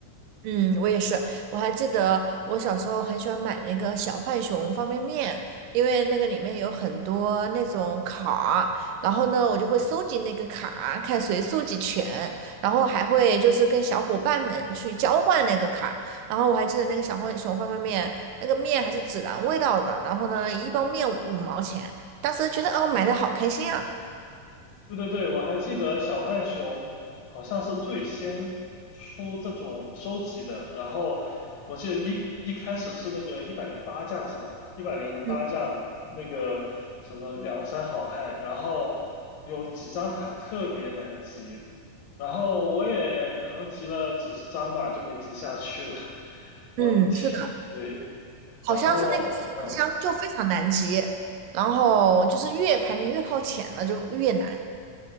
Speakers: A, on the right; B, on the left.
A: 嗯，我也是。我还记得我小时候很喜欢买那个小浣熊方便面，因为那个里面有很多那种卡儿然后呢，我就会收集那个卡，看谁收集全，然后还会就是跟小伙伴们去交换那个卡。然后我还记得那个小浣熊方便面，那个面还是孜然味道的，然后呢，一包面五毛钱，当时觉得哦，买的好开心啊。
B: 对对对，我还记得小浣熊好像是最先出这种收集的，然后我记得一一开始是那个一百零八将是吧？一百零八将那个什么梁山好汉，
A: 嗯
B: 然后有几张卡特别难集，然后我也可能集了几十张吧，就没集下去了。<laughs> 我，
A: 嗯，是的。
B: 对，
A: 好像是那个四不像就非常难集，
B: 然后嗯。
A: 然后就是越排名越靠前了就越难。